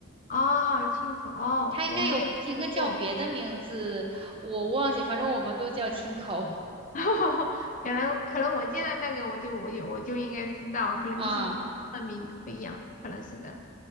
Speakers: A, on the left; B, on the right.
A: 哦，青口哦，
B: 它应该有应该叫别的名字，
A: 我没有见过，
B: 我忘记，反正我们都叫青口
A: <laughs> 可能可能我见到那个我就我就我就应该知道，可能就是那名不一样，
B: <laughs> 啊。
A: 可能是的。